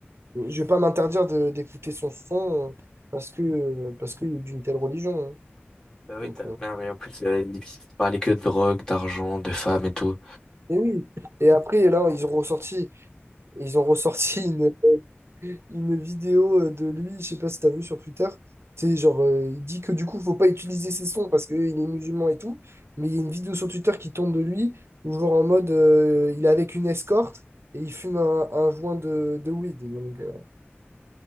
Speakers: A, on the right (about 75°); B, on the left (about 15°).
A: je vais pas m'interdire de- d'écouter son son euh, parce que euh, parce qu'il est d'une telle religion. hein.
B: Bah oui,
A: Donc,
B: t'as-
A: euh,
B: bah, mais en plus, euh, il parlait que de drogue, d'argent, de femmes et tout.
A: Et oui. Et après, là, ils ont ressorti, ils ont ressorti <laughs> une, une vidéo euh, de lui, je sais pas si t'as vu sur Twitter. Tu sais, genre, euh, il dit que du coup, faut pas utiliser ses sons parce qu'il est musulman et tout. Mais il y a une vidéo sur Twitter qui tourne de lui, où genre en mode, euh, il est avec une escorte et il fume un, un joint de, de weed. Donc, euh,